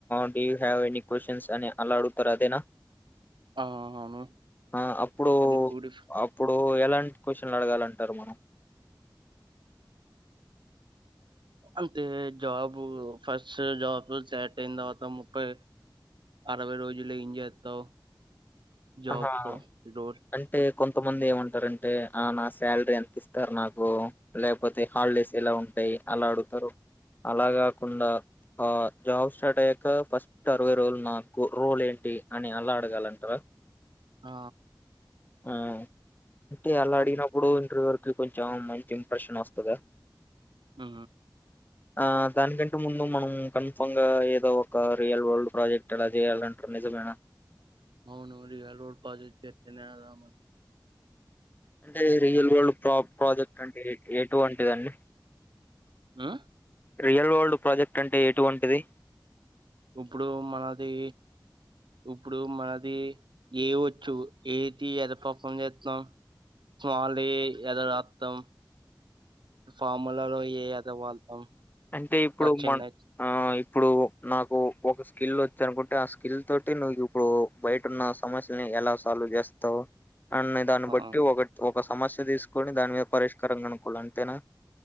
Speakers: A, on the left (about 25°); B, on the right (about 75°).
A: డడి హవ్ ఎనీ క్వశ్చన్స్ అని అలా అడుగతర్ అదేనా
B: ఆ! అవును.
A: ఆ అప్పుడు
B: అది బ్యూటిఫ్
A: అప్పుడు ఎలా క్యూషన్లు అడగాలంటారు మనం
B: అంతే జాబు ఫస్ట్ జాబ్ సెట్ అయిన తర్వాత ముఫై ఆబ రోజు ఇంజయాత్త జబ్
A: ఆహా
B: ఫ రో
A: అంటే కొంతమంది ఏమంటారు అంటే ఆ నా శాలరీ ఎంత ఇస్తారు నాకు లే కాకపోతే హాలిడేస్ ఎలా ఉంటాయి అలా అడుతారు అలా కాకుండా ఆ జాబ్ స్టార్ట్ అయ్యాక ఫస్ట్ అరవై రోజులు నాకు రోల్ ఏంటి అని అల్లా అడగాలంటారా
B: ఆ
A: ఆ అంటే అలా
B: హ్మ్.
A: అడిగినప్పుడు ఇంటర్వ్యూ వరకు కొంచెం మంచి ఇంప్రెషన్ వస్తుందా
B: ఆ
A: ఆ దానికంటే ముందు మనం కన్ఫమ్ గా ఏదో ఒక రియల్ వరల్డ్ ప్రాజెక్ట్ ఎలా చేయాలంట నిజమేనా
B: అవును డిపాజిట్ పజచ్చ చేతేనేమలా
A: అంటే రియల్ వరల్డ్ ప్ర ప్రాజెక్ట్ అంటే ఎటువంటిదండి
B: నా
A: రియల్ వరల్డ్ ప్రాజెక్ట్ అంటే ఎటువంటిది
B: ఇప్పుడు మనది ఇప్పుడు మాది ఏ వచ్చు ఏతి ఎర్ర పప్పం చేత్తాం వాళ్ళే ఏద రాత్తం ఫార్ములా గా ఏ అదా వాళ్తాం
A: అంటే ఇప్పుడు
B: చిన్న
A: మా ఆ ఇప్పుడు నాకు ఒక స్కిల్ వచ్చు అనుకుంటే ఆ స్కిల్ తోటి నువ్వు ఇప్పుడు బయటన్న సమస్యని ఎలా సాల్వ్ జేస్తావ్ అన్నా దాన్నే
B: ఆ
A: బట్టి ఒకటి ఒక సమస్య తీసుకొని దాని మీద పరిష్కారం కొనుక్కోవాలి అంతేనా